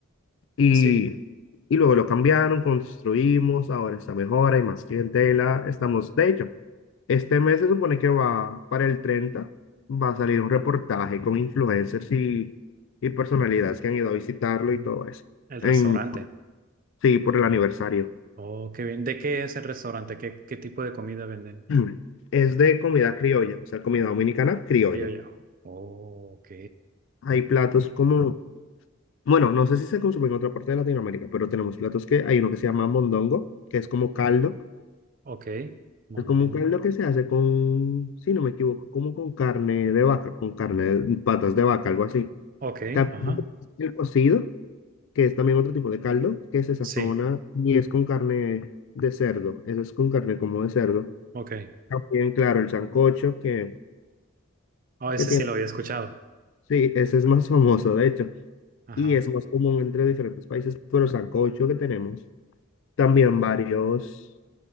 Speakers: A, on the left; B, on the right.
A: Y,
B: sí.
A: y luego lo cambiaron, construimos, ahora está mejor, hay más clientela, estamos, de hecho, este mes se supone que va para el treinta va a salir un reportaje con influencers y, y personalidades que han ido a visitarlo y todo eso.
B: El
A: En,
B: restaurante.
A: sí, por el aniversario. <clears throat>
B: Oh, qué bien. ¿De qué es el restaurante? ¿Qué, qué tipo de comida venden?
A: Mm. Es de comida criolla, o sea, comida dominicana criolla.
B: Y Yo ya. Oh, ok.
A: Hay platos como, bueno, no sé si se consume en otra parte de Latinoamérica, pero tenemos platos que hay uno que se llama mondongo, que es como caldo
B: Ok. Mondongo.
A: Es como un caldo que se hace con, si no me equivoco, como con carne de vaca, con carne de patas de vaca, algo así.
B: Ok,
A: También
B: ajá.
A: el cocido, que es también otro tipo de caldo, que se sazona
B: Sí,
A: y es con carne de cerdo. Eso es con carne como de cerdo.
B: ok.
A: También, claro, el sancocho que,
B: Oh, ese
A: que tiene.
B: sí lo había escuchado.
A: Sí, ese es más <laughs> famoso, de hecho,
B: Ajá.
A: y es más común entre diferentes países, pero sancocho que tenemos. También varios.